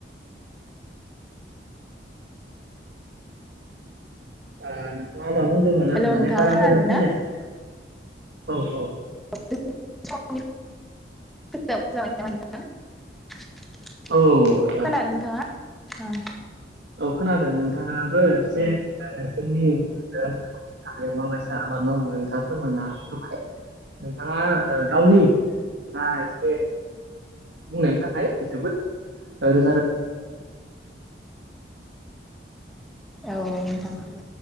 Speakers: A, on the right; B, in the centre.
A: ओ नोंथाङा मा बुंदोंमोन?
B: हेलौ
A: आं माने
B: नोंथाङा
A: बारा
B: खोनादों
A: मोजां खोनायासै
B: ना
A: नोंथां औ औ।
B: <unintelligible>
A: औ। औ
B: खोनादों नोंथाङा? ओं।
A: औ खोनादों नोंथाङाबो जे नोंसोरनि <unintelligible> थानायाव माबायसा आबाद मावो नोंथाङा फोरमायना <unintelligible> नोंथाङा ओ गावनि दा एसे बुंनायनि थाखाय जोबोद ओ रोजा रो
B: औ नोंथांखोबो।